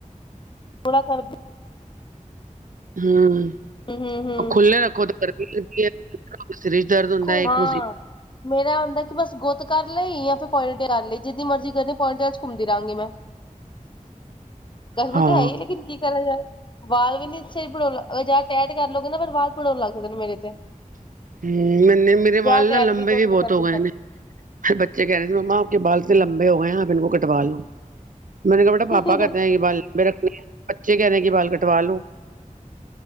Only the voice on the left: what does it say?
ਥੋੜ੍ਹਾ ਕਰਦੀ।
ਹੂੰ ਹੂੰ ਹੂੰ
ਖੋਲਾ
ਮੇਰਾ ਹੁੰਦਾ ਕਿ ਬਸ ਗੁਤ ਕਰ ਲਈ ਜਾਂ ਫਿਰ ਪੁਆਇੰਟ ਕਰ ਲਈ ਜਿੰਨੀ ਮਰਜ਼ੀ ਕਰਦੇ ਪੁਆਇੰਟ 'ਚ' ਘੁੰਮਦੀ ਰਹਾਂਗੀ ਮੈਂ
ਗਰਮੀ
ਤਾਂ ਹੈ ਹੀ ਲੇਕਿਨ ਕੀ ਤ ਵਾਲ ਵੀ ਨੀ ਸ, ਪੜਾਲਾ ਅ ਜੇ ਟੈਟ ਕਰ ਲੋਉਗੇ ਨਾ ਫਿਰ ਵਾਲ ਭੁਰਨ ਲੱਗਦੇ ਨੇ ਮੇਰੇ ਤੇ
ਜਾ
ਟੈਟ
ਕੁਛ
ਨੀ
ਕਰਦੀ
ਫਿਰ